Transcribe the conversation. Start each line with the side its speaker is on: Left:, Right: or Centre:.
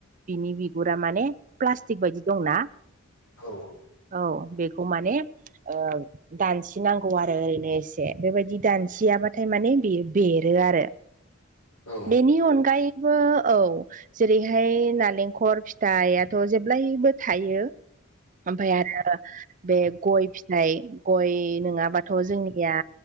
Right: बिनि बिगुरा माने प्लास्टिक बायदि दंना
Left: औ औ
Right: औ बेखौ माने ओ दानसिनांगौ आरो ओरैनो एसे बेबायदि दानसियाबाथाय माने बेयो बेरो आरो
Left: औ
Right: बेनि अनगायै औ जेरैहाय नालेंखर फिथाइआथ' जेब्लायबो थायो ओमफ्राय आरो बे गय फिथाइ गय नङाबाथ' जोंनिया